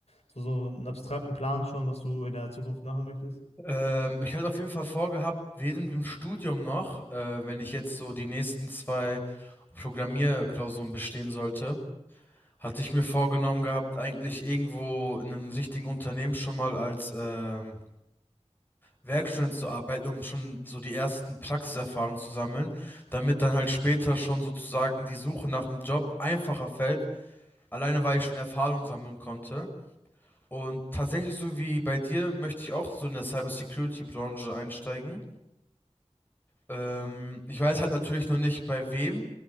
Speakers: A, on the left; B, on the left.
A: so, so einen abstrakten Plan schon, was du in der Zukunft machen möchtest?
B: Ähm, ich hatte auf jeden Fall vorgehabt, während dem Studium noch, äh, wenn ich jetzt so die nächsten zwei Programmierklausuren bestehen sollte, hatte ich mir vorgenommen gehabt, eigentlich irgendwo in einem richtigen Unternehmen schon mal als ähm, Werkstudent zu arbeiten, um schon so die ersten Praxiserfahrungen zu sammeln, damit dann halt später schon sozusagen die Suche nach einem Job einfacher fällt, alleine weil ich schon Erfahrung sammeln konnte. Und tatsächlich, so wie bei dir, möchte ich auch so in der Cybersecurity-Branche einsteigen. Ähm, ich weiß halt natürlich noch nicht bei wem.